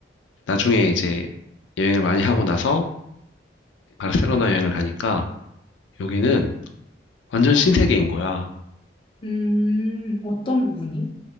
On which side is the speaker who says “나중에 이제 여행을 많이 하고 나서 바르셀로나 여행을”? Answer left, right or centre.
Left